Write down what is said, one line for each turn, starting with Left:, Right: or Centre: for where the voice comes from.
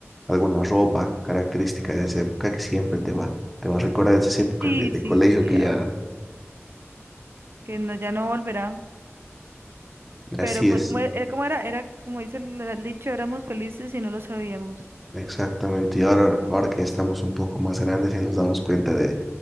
Centre: alguna ropa característica de esa época que siempre te va, te va a recordar esas épocas
Right: Sí,
Centre: de, de
Right: sí,
Centre: colegio
Right: sí,
Centre: que
Right: la,
Centre: ya
Right: que no, ya no volverá.
Centre: así
Right: Pero pues
Centre: es.
Right: como e, era, como era, era como dice el el dicho, éramos felices y no lo sabíamos.
Centre: Exactamente, y ahora, ahora que estamos un poco más grandes y nos damos cuenta de,